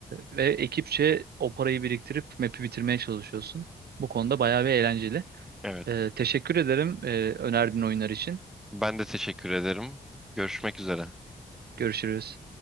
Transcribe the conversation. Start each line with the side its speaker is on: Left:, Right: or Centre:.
Right: ve ekipçe o parayı biriktirip map'i bitirmeye çalışıyorsun. Bu konuda bayağı bir eğlenceli.
Centre: Evet.
Right: E, teşekkür ederim e, önerdiğin oyunlar için.
Centre: Ben de teşekkür ederim. Görüşmek üzere.
Right: Görüşürüz.